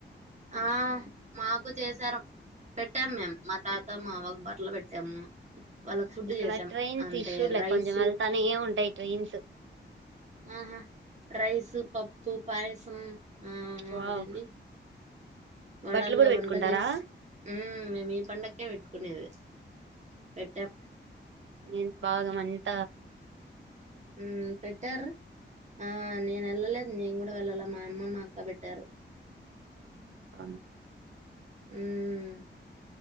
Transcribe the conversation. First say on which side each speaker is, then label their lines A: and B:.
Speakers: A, on the right (about 35°); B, on the right (about 80°).
A: ఆ మాకు చేశారు పెట్టాం. మేమ్ మా తాత మావ్వకు బట్టలు పెట్టాము. వాళ్ళకి ఫుడ్
B: ఇక్కడ
A: చేసాం
B: ట్రైన్స్
A: అంటే
B: ఇష్యూ లే
A: రైస్
B: కొంచెం వెళ్తానే ఉంటాయి. ట్రైన్స్
A: ఆహా రైస్, పప్పు, పాయసం ఆ అవును
B: వావ్
A: అదండి వడాలు
B: బట్టలు కూడా
A: అవంతా
B: పెట్టుకుంటారా
A: చేష్ హ్మ్ మేము ఈ పండక్కే పెట్టు కోనేదే పెట్టం
B: మిమ్ భాగాం అంత
A: హ్మ్ పెట్టార్ ఆ నేన్ వెళ్ళలేదు నేను కూడా వెళ్ళాలే మా అమ్మ మా అక్క పెట్టారు.
B: అవును
A: హ్మ్మ్